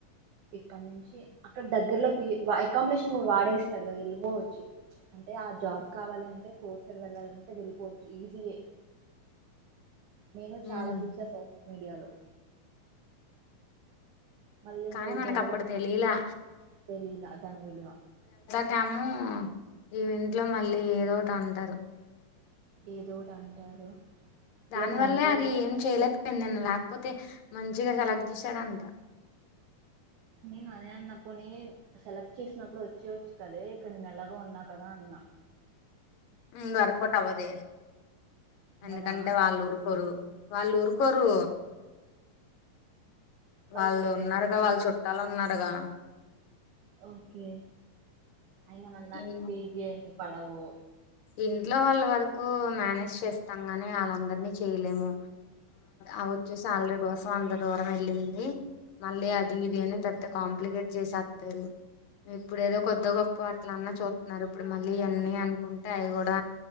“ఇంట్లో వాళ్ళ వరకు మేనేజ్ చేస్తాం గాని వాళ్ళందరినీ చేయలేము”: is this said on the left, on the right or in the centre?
Left